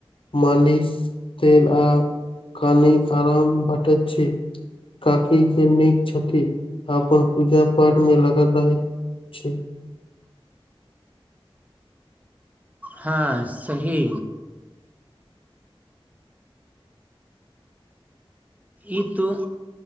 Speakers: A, on the left (about 65°); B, on the right (about 15°).
A: मालिश तेल आ कनी आराम भेटैत छी। काकी के नीक छथिन अपन पूजा पाठ में लगल रहे छी
B: हँ सही ई तू